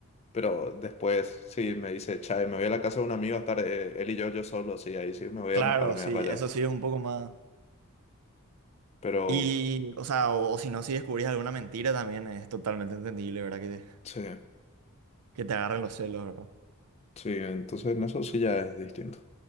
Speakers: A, on the left; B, on the right.
A: Pero después, si me dice, che, me voy a la casa de un amigo a estar eh, él y yo, yo solo, sí, ahí sí me voy
B: Claro,
A: a enojar, me
B: sí,
A: voy a rayar.
B: eso sí es un poco más.
A: Pero
B: Y, o sea, o, o si no, si descubrís alguna mentira también es totalmente entendible, ¿verdad? Que,
A: sí,
B: que te agarren los celos, ¿verdad?
A: sí, entonces en eso sí ya es distinto.